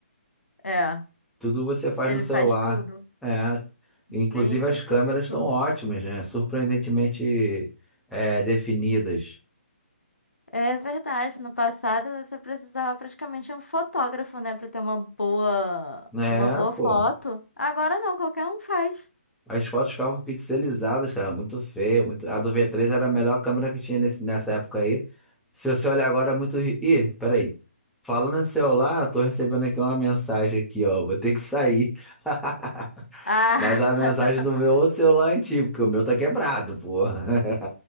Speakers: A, on the left; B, in the centre.
A: É,
B: Tudo você faz
A: ele
B: no celular.
A: faz tudo.
B: É. Inclusive
A: Gente,
B: as
A: tudo,
B: câmeras
A: tudo.
B: estão ótimas, né? Surpreendentemente é, definidas.
A: É verdade, no passado você precisava praticamente de um fotógrafo, né, para ter uma boa,
B: É,
A: uma boa foto.
B: pô.
A: Agora não, qualquer um faz.
B: As fotos ficavam pixelizadas, cara, muito feio, muito... A do V3 era a melhor câmera que tinha nesse- nessa época aí. Se você olhar agora é muito... ri- Ih, peraí. Falando em celular, eu tô recebendo aqui uma mensagem aqui, ó. Vou ter que sair. <laughs>
A: Ah,
B: Mas a mensagem do meu
A: <laughs>
B: outro celular é antigo, porque o meu tá quebrado, pô. <laughs>